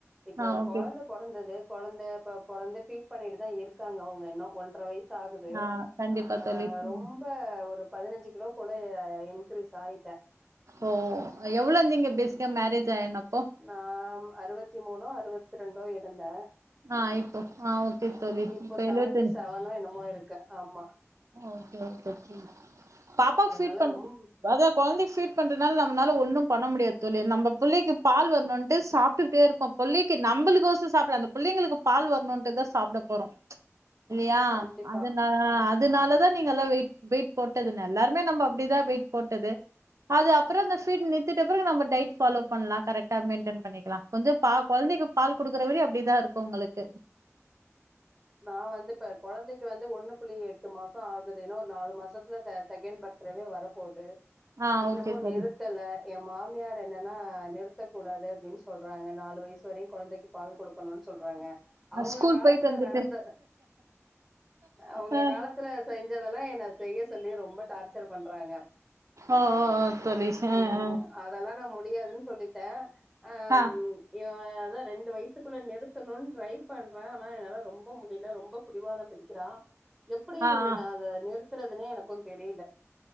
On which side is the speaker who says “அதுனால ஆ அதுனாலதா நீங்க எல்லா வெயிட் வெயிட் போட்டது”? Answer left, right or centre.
Right